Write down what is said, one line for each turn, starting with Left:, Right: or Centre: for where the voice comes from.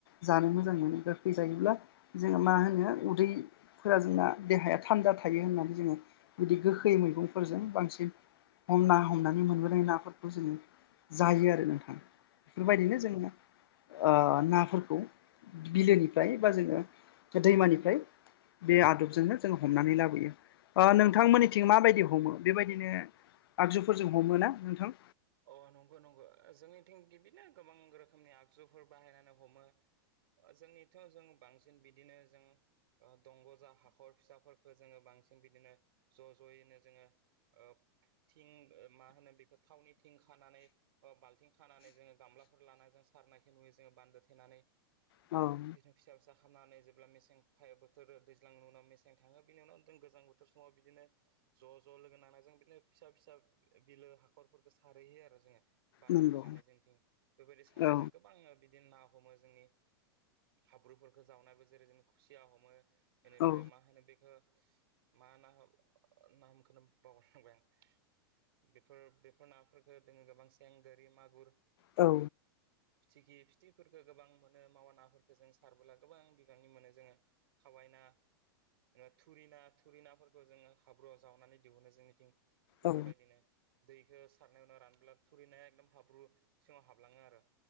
Left: जानो मोजां मोनो गोखै जायोब्ला जोङो मा होनो उदै फोर जोंना देहाया थान्दा थायो होननानै जोङो बिदि गोखै मैगंफोरजों बांसिन हमना हमनानै मोनबोनाय नाफोरखौ जोङो जायो आरो नोंथाङा बेफोरबायदिनो जोङो आ नाफोरखौ बिलोनिफ्राय बा जोङो दैमानिफ्राय बे आदबजोंनो जों हमनानै लाबोयो आ नोंथांमोननिथिं माबायदि हमो बेबायदिनो आगजुफोरजों हमो ना नोंथां
Right: अ नंगौ नंगौ जोंनिथिं बिदिनो गोबां रोखोमनि आगजुफोर बाहायनानै हमो जोंनिथ' जों बांसिन बिदिनो जों दंग' जा हाखर फिसाफोरखौ जोङो बांसिन बिदिनो ज' ज'यैनो जोङो ओ थिं मा होनो बेखौ थावनि थिं खानानै अ बाल्थिं खानानै जोङो गामलाफोर लानानानै जों सारनायखौ नुयो जोङो बान्दो थेनानै
Left: औ
Right: बिदिनो फिसा फिसा खालामनानै जेब्ला मेसें फायो बोथोर दैज्लांनि उनाव मेसें थाङो बिनि उनाव जों गोजां बोथोर समाव बिदिनो ज' ज' लोगो नांना जों बिदिनो फिसा फिसा बिलो हाखरफोर सारहैहयो आरो जोङो बान्दो
Left: नंगौ
Right: थनानै जोंथिं बेबायदि सारनानै
Left: औ
Right: गोबां बिदिनो ना हमो जोंनि हाब्रुफोरखौ जावनाबो जेरै जों खुसिया हमो बेनिफ्राय
Left: औ
Right: मा होनो बेखौ मा ना नामखौनो बावगार लांबाय आं बेफोर बे फोर नाफोरखौ दोङो गोबां सें गोरि मागुर
Left: औ
Right: फिथिखि फिथिफोरखो गोबां मोनो मावा नाफोरखौ जों सारबोला गोबां बिबांनि मोनो जोङो खावाय ना जेनेबा थुरिना थुरिनाफोरखौ जोङो हाब्रुआव जावनानै दिहुनो जोंनिथिं बेफोरबायदिनो
Left: औ
Right: बेखौ सारनायावनो रानोब्ला थुरिनाया एकदम हाब्रु सिङाव हाबलाङो आरो